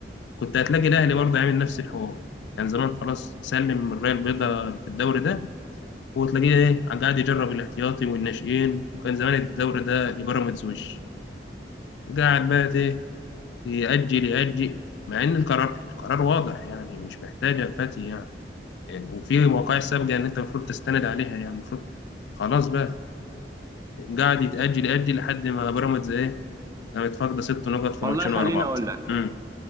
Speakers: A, on the left; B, on the right.
A: كنت هتلاقي الاهلي برضه عامل نفس الحوار كان زمان خلاص سلم من الرايه البيضاء في الدوري ده وتلاقيه ايه قاعد يجرب الاحتياطي والناشئين وكان زمان الدوري ده لبيراميدز وش قاعد بقى ايه يأجل يأجل مع ان القرار القرار واضح يعني مش محتاجه الفتي يعني إيه، وفي وقائع سابقه ان انت المفروض تستند عليها يعني المفروض خلاص بقى قاعد يتأجل يأجل لحد ما بيراميدز إيه كانت فاقدة ست نقط في
B: والله
A: ماتشين
B: خليني
A: ورا بعض
B: اقول لك
A: امم